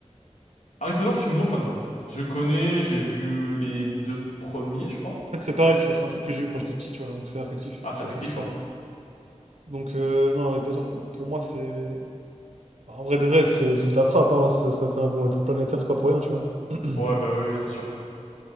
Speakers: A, on the left (about 80°); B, on the right (about 65°).
A: Harry Potter, je suis moins fan, moi. Je connais, j'ai vu les deux premiers, je crois.
B: En fait, c'est pareil, tu vois, c'est un truc que j'ai eu quand j'étais petit, tu vois, donc c'est affectif,
A: Ah, c'est
B: tu
A: affectif,
B: vois, c'est différent.
A: ouais.
B: Donc, euh, non, Harry Potter, pour, pour moi, c'est. bah, en vrai de vrai, c'est c'est de la frappe, hein, ça, ça fait un boom interplanétaire, c'est pas pour rien, tu vois. <clears throat>
A: Ouais, bah oui, oui, c'est sûr.